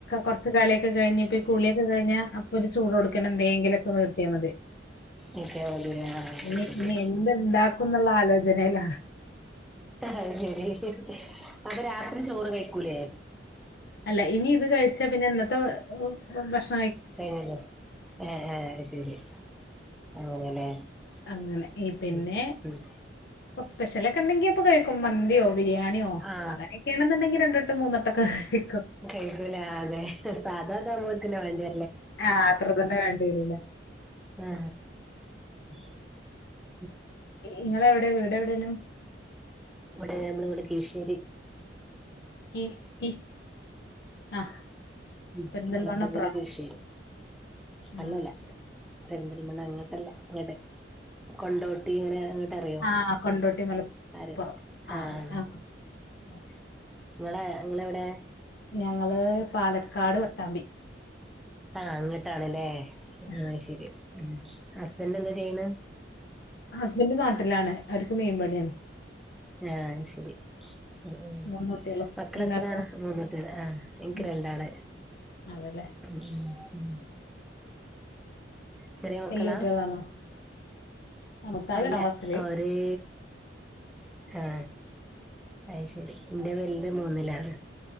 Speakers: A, on the left; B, in the centre.
A: കുറച്ച് കളിയൊക്കെ കഴിഞ്ഞഞ്പ്പ കുളിയൊക്കെ കഴിഞ്ഞാ അപ്പൊ ഒരു ചോറ് കൊടുക്കും ക്കന എന്തെങ്കിലൊക്കെ നിർത്തിയാൽ മതി.
B: ഉം ഇപ്പ മതിലെ ആ
A: ഇനി
B: ശരി
A: ഇനി എന്ത് ഇണ്ടാക്കുംന്നുള്ള ആലോചനയിലാ.
B: അത് ശരി അപ്പൊ രാത്രി ചോറ് കഴിക്കൂലേ?
A: അല്ല ഇനി ഇത് കഴിച്ചാ പിന്നെ ഇന്നത്തെ ഭക്ഷ
B: അല്ലേ ആ ആ ശരി അങ്ങനെല്ലേ
A: അങ്ങനെ പിന്നെ
B: ഉം ഉം
A: സ്പെഷ്യലൊക്കെ ഉണ്ടെങ്കി അപ്പൊ കഴിക്കും. മന്തിയോ ബിരിയാണിയോ
B: ആ
A: അങ്ങനൊക്കെയണെന്നുണ്ടെങ്കിൽ രണ്ടെട്ട് മൂന്നെട്ടൊക്കെ കഴിക്കും.
B: കഴിക്കൂല അതെ സാധാ താവുമ്പൊ ഓൽക്ക് വേണ്ടി
A: ആഹ് അത്ര തന്നെ വേണ്ടി വരൂല്ലേ.
B: ആ <unintelligible>
A: നിങ്ങള് എവിടെ വീടെ എവിടെയാണ്.
B: ഇവിടെ നമ്മള് ഇവിടെ കിഴിശ്ശേരി
A: കി കിശ് ആഹ്
B: ഉം
A: പെരിന്തൽമണ്ണ
B: മലപ്പുറം
A: അപ്പുറാണോ?
B: ജില്ല കിഴിശേരി
A: ആഹ്
B: അല്ലല്ല
A: ശരി
B: പെരിന്തൽമണ്ണ അങ്ങട്ടല്ല ങ്ങടെ കൊണ്ടോട്ടി ഇങ്ങനെ അറിയോ
A: ആ കൊണ്ടോട്ടി മലപ്പുറം
B: ആര് ആഹ്
A: ആനെ ആ ശരി
B: നിങ്ങള് നിങ്ങെളെവിടെ?
A: ഞങ്ങള് പാലക്കാട് പട്ടാമ്പി.
B: ആ അങ്ങിട്ടാണല്ലേ
A: ആഹ്
B: ശരി ഉം ഹസ്ബൻ്റ എന്താ ചെയ്യണ്?
A: ഹസ്ബൻ്റ നാട്ടിലാണ് അവര് പണിയാണ്.
B: ആ ശരി, ഉം ഉം
A: മൂന്ന് കുട്ടികളും
B: മക്കളെത്രാണ്
A: ഇങ്ങക്കോ
B: മൂന്നുട്ടികൾ ആഹ എനിക്ക്
A: ഉം
B: രണ്ടാള്
A: അതെല്ലേ
B: <unintelligible> ചെറിയാ മക്കളാ
A: വല്യ കുട്ടികളാണോ ആ, മൂത്താള്
B: അല്ല
A: എട്ടാം ക്ലാസ്സില്
B: ഒരേ ആ അത് ശരി എന്റെ വലുത് മൂന്നിലാണ്.